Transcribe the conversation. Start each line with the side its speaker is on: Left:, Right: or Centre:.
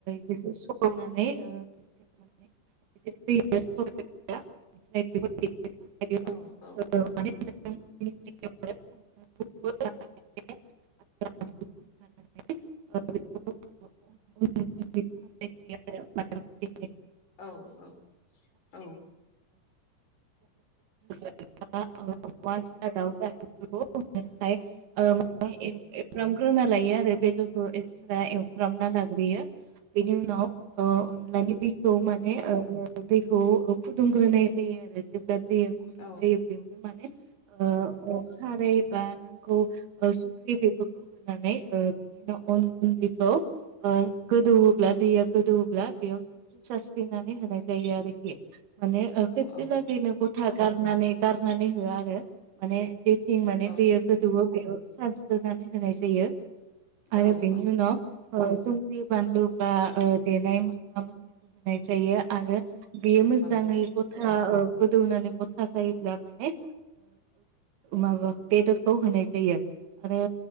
Right: होननानै <unintelligible>
Left: औ
Right: <unintelligible> औ
Left: औ
Right: माने <inaudible> <inaudible> <unintelligible>
Left: औ औ औ
Right: <unintelligible> दावसा <unintelligible> एवग्रामग्रोना लायो आरो बेदरखौ एक्सट्रा एवफ्र्रामना लाग्रोयो बेनि उनाव अ अनलानि बेखौ माने दैखौ फुदुंग्रोनाय जायो आरो जेब्ला दैया गुदुं
Left: औ
Right: जायो बेयावनो माने अ खारै बा नांगौ संख्रि बेफोरखौ होनानै बिनि उनाव अन गुन्दैखौ गोदौवोब्ला दैया गोदौवोब्ला बेयाव सारस्रि सारस्रिनानै होनाय जायो आरोखि माने खेबसेलागैनो
Left: औ
Right: थागाम नानै गारनानै हो आरो माने जेथिं माने
Left: औ
Right: दैया गोदौओ बेयाव सारस्रोनानै होनाय जायो
Left: औ
Right: आरो बिनि
Left: औ औ
Right: उनाव
Left: औ
Right: ओ संख्रि बानलु बा ओ देनाय मस्ला मस्लिखौ होनाय जायो आरो बेयो मोजाङै
Left: औ
Right: गथा ह ओ गोदौनानै थास इ ला <unintelligible> माने माबा बेदरखौ होनाय जायो आरो